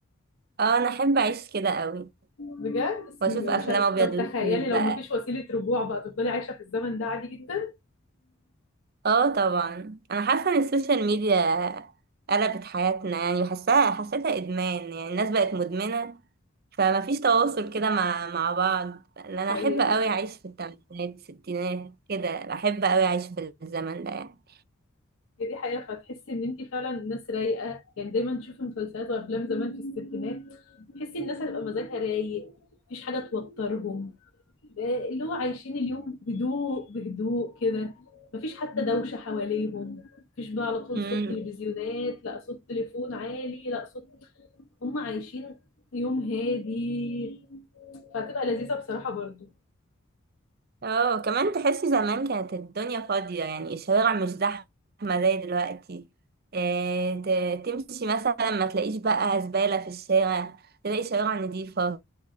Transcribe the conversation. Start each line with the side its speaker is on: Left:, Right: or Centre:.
Right: اه انا احب اعيش كده قوي
Left: بجد بس
Right: واشوف
Left: م-
Right: افلام
Left: مش ه...
Right: ابيض
Left: طب
Right: واسود
Left: تخيلي لو
Right: بقى
Left: مفيش وسيله رجوع بقى تفضلي عايشه في الزمن ده عادي جدا
Right: اه طبعا انا حاسه ان السوشيال ميديا قلبت حياتنا يعني وحاساها حسيتها ادمان يعني الناس بقت مدمنه فما فيش تواصل كده مع مع بعض لأن انا
Left: حقيقه
Right: احب قوي اعيش في الثمانينات الستينات كده احب قوي اعيش في الزمن ده يعني
Left: هي دي حقيقه فتحسي ان انت فعلا ناس رايقه يعني دايما تشوفي مسلسلات وافلام زمان في الستينات تحسي الناس هتبقى مزاجها رايق مفيش حاجه توترهم اللي هو عايشين اليوم هدوء بهدوء كده مفيش حتى دوشة حواليهم مفيش بقى على طول
Right: امم
Left: صوت تلفزيونات لا صوت تليفون عالي لا صوت هم عايشين يوم هادي فهتبقى لذيذة بصراحة برضو
Right: اه كمان تحسي زمان كانت الدنيا فاضيه يعني الشوارع مش زحمه زي دلوقتي إيه ت- تمشي مثلا ما تلاقيش بقى زباله في الشارع تلاقي شوارع نظيفة